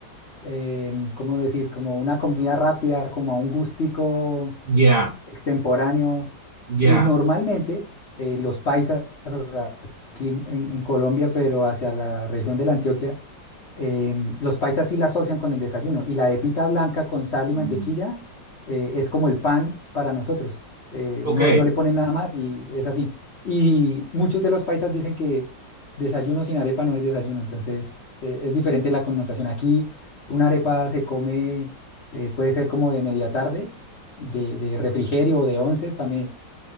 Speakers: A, on the left; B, on the right.
A: em, ¿cómo decir? Como una comida rápida, como a un gustico
B: Ya,
A: extemporáneo.
B: ya.
A: Y normalmente eh, los paisas, o sea, aquí en, en- en Colombia, pero hacia la región de la Antioquia, em, los paisas sí la asocian con el desayuno y la arepita blanca con sal y
B: Mm.
A: mantequilla eh, es como el pan para nosotros. eh,
B: Ok,
A: no, no le ponen nada más y es así. Y muchos de los paisas dicen que desayuno sin arepa no es desayuno, entonces eh, es diferente la connotación. Aquí una arepa se come, eh, puede ser como de media tarde, de, de refrigerio o de onces también.